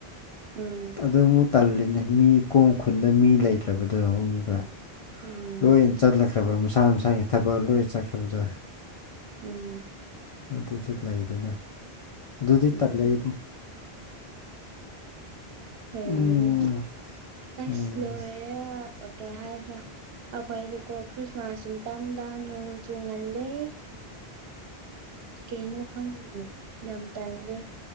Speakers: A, on the right (about 70°); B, on the left (about 60°).
A: ꯎꯝ
B: ꯑꯗꯨ ꯑꯃꯨꯛ ꯇꯜꯂꯤꯅ‌ꯦ ꯃꯤ ꯀꯣꯡ ꯈꯨꯟꯗ ꯃꯤ ꯂꯩꯇ꯭ꯔꯕꯗꯣ ꯑꯃꯨꯛꯀꯥ
A: ꯎꯝ
B: ꯂꯣꯏꯅ ꯆꯠꯅꯈ꯭ꯔꯕ ꯃꯁꯥ ꯃꯁꯥꯒꯤ ꯊꯕꯛ ꯂꯣꯏꯅ ꯆꯠꯈꯤꯕꯗ
A: ꯎꯝ
B: ꯑꯗꯨꯖꯨ ꯂꯩꯗꯅ ꯑꯗꯨꯗꯤ
A: ꯎꯝ
B: ꯇꯜꯂꯦ ꯑꯩꯗꯤ
A: ꯑꯣꯏꯔꯝꯅꯦ
B: ꯎꯝ
A: ꯑꯁ
B: ꯎꯝ
A: ꯂꯣꯏꯔꯦ ꯀꯩ ꯍꯥꯏꯗ꯭ꯔꯥ ꯑꯩꯈꯣꯏꯗꯤꯀꯣ ꯈ꯭ꯔꯤꯁꯃꯥꯁ ꯁꯨꯇꯝꯗ ꯅꯣꯡ ꯆꯣꯡꯉꯜꯂꯦ ꯀꯩꯅꯣ ꯈꯪꯗꯦ ꯌꯥꯝ ꯇꯗ‌ꯦ